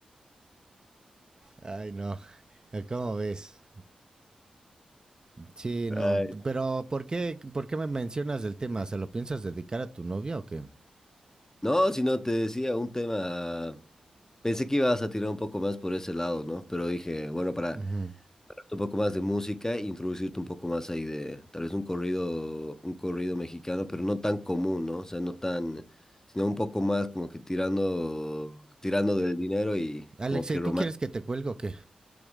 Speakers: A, on the right; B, on the left.
A: Ay, no. Eh, ¿Cómo ves? Sí,
B: Ay,
A: no. Pero, ¿por qué, por qué me mencionas el tema? ¿Se lo piensas dedicar a tu novia o qué?
B: No, si no, te decía un tema. Pensé que ibas a tirar un poco más por ese lado, ¿no? Pero dije, bueno, para
A: Ujú.
B: hablarte un poco más de música, introducirte un poco más ahí de tal vez un corrido, un corrido mexicano, pero no tan común, ¿no? O sea, no tan, sino un poco más como que tirando, tirando del dinero y
A: Alexa,
B: como que
A: ¿y tú
B: romántico.
A: quieres que te cuelgue o qué?